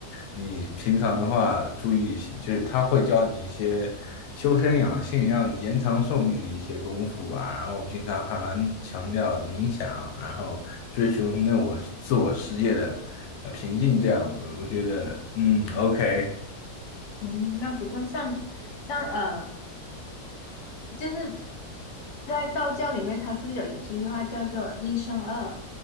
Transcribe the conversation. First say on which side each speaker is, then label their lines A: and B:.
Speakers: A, on the left; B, on the left.
A: 你平常的话注意一些就是他会教你一些修身养性，让你延长寿命的一些功夫吧。然后平常还蛮强调冥想，然后追求那我自我世界的呃平静这样子，我觉得，嗯，OK。
B: 嗯，那不错。像像呃，就是在道教里面，它是不是有一句话叫做“一生二，